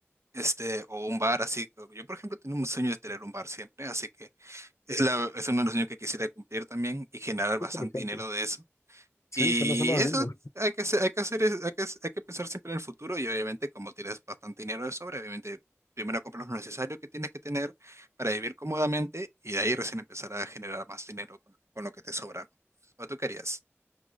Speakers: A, on the right; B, on the left.
A: este, o un bar así. Yo, por ejemplo, tengo un sueño de tener un bar siempre, así que... Es, la, es uno de los sueños que quisiera cumplir también y generar
B: Qué
A: bastante
B: Interesante.
A: dinero de eso.
B: Sí,
A: Y
B: suena, suena
A: eso
B: lindo.
A: hay que hacer, hay que hacer, es- hay que, hay que pensar siempre en el futuro y obviamente como tienes bastante dinero de sobra, obviamente primero compras lo necesario que tienes que tener para vivir cómodamente y de ahí recién empezar a generar más dinero con, con lo que te sobra, ¿no? ¿O tú querías?